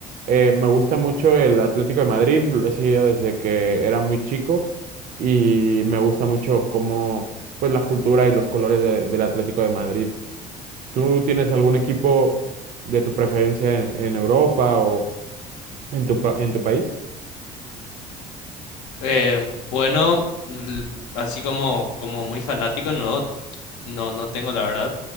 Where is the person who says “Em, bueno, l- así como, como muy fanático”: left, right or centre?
Left